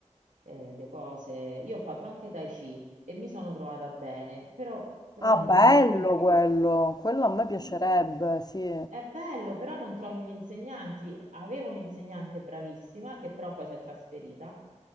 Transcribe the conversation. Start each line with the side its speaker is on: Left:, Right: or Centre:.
Right: eh, le cose. Io ho fatto anche Tai Chi e mi sono trovata bene, però trovare
Left: Ah, bello
Right: gli insegnanti
Left: quello, quello a me piacerebbe,
Right: mm,
Left: sì.
Right: è bello, però non trovi gli insegnanti. Avevo un'insegnante bravissima che però poi si è trasferita